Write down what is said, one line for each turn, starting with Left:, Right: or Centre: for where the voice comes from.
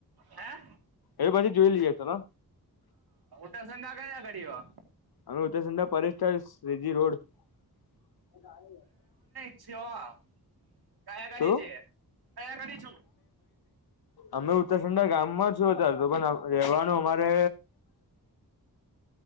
Right: હે હા
Left: એ પછી જોઈ ચલો.
Right: પ્રસંગ કયા ઘડી વા.
Left: અમે <unintelligible>
Right: શ કયા ઘાડી
Left: શું
Right: છે કયા ઘાડી છું?
Left: અમે ઉત્તરસંડા ગામમાં જ છું અત્યારે તો પણ રેવાનું અમારે